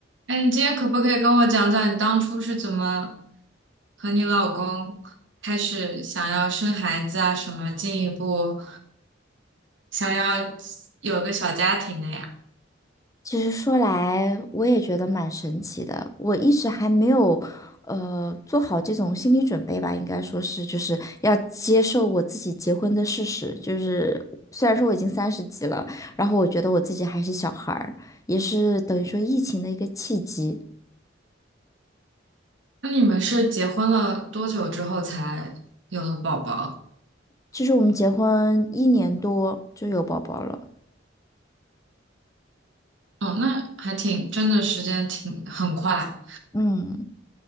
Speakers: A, on the right; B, on the left.
A: 哎，你今天可不可以跟我讲讲你当初是怎么和你老公开始想要生孩子啊，什么进一步想要有个小家庭的呀？
B: 其实说来，我也觉得蛮神奇的。我一直还没有，呃，做好这种心理准备吧，应该说是，就是要接受我自己结婚的事实。就是虽然说我已经三十几了，然后我觉得我自己还是小孩儿，也是等于说疫情的一个契机。
A: 那你们是结婚了多久之后才有了宝宝？
B: 就是我们结婚一年多就有宝宝了，
A: 哦，那还挺，真的时间挺很快，
B: 嗯。